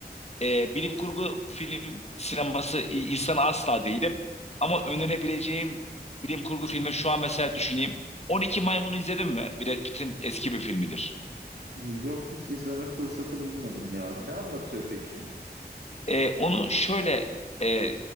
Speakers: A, on the left; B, on the right.
A: e, bilim kurgu film sineması i- insanı asla değilim. Ama önerebileceğim bilim kurgu filmi şu an mesela düşüneyim. 12 Maymun'u izledin mi? Brad Pitt'in eski bir filmidir.
B: Yok hiç izleme fırsatı bulmadım ya. Ne anlatıyor peki?
A: E, onu şöyle e,